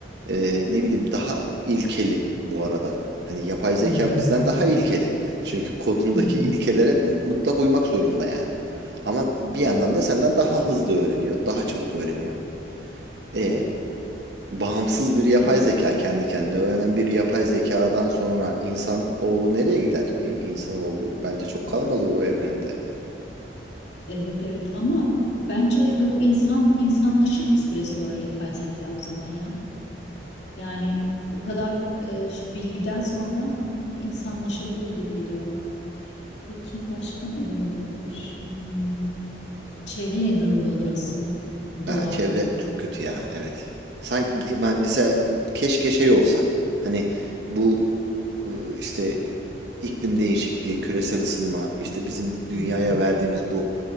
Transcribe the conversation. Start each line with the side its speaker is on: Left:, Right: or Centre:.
Right: e, ne bileyim daha ilkeli bu arada. Hani yapay zeka
Left: hı hı,
Right: bizden daha ilkeli. Çünkü kodundaki
Left: hı hı.
Right: ilkelere m- mutlak uymak zorunda yani. Ama bir yandan da senden daha hızlı öğreniyor, daha çabuk öğreniyor. E bağımsız bir yapay
Left: Ama
Right: zeka, kendi kendine öğrenen bir yapay zekadan sonra insan oğlu nereye gider? E, İnsanoğlu bence çok kalamaz o evrende.
Left: evet evet ama bence o insan insanlaşır bir süre sonra yapay zeka o zaman ya. Yani o kadar e, ş- bilgiden sonra insanlaşabilir gibi geliyor. Peki başka neler olabilir? Hmm, çevre ne durumda olur asıl?
Right: Ya
Left: Doğa.
Right: çevre çok kötü ya evet. Sanki biz- ben mesela keşke şey olsa hani bu ıı, işte iklim değişikliği, küresel ısınma, işte bizim dünyaya
Left: Hı hı,
Right: verdiğimiz bu